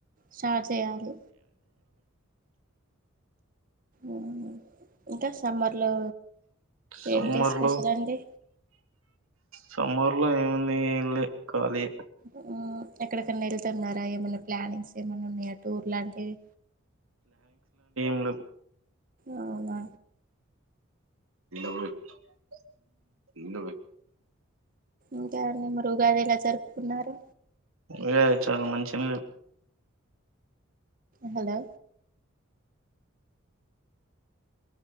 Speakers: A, on the right (about 40°); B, on the right (about 85°).
A: స్టార్ట్ చేయాలి. ఉహ్ హు ఇంకా సమ్మర్ లో
B: సమ్మర్
A: ఏంటి స్పెషల్
B: లో
A: అండి
B: సమ్మర్లో ఏముంది ఏం లే ఖాళీయే
A: ఉహ్ ఎక్కడెకనా ఎళ్తున్నారా. ఏమన్నా ప్లానింగ్స్ ఎమనున్నయా టూర్లాంటివి
B: లెవ్
A: అవునా
B: నిండా కూడా పొయ్ నిండా పోయ్
A: ఉగాది మరుగాది ఎలా జరుపుకున్నారు.
B: వే చాలా మంచినే
A: హలో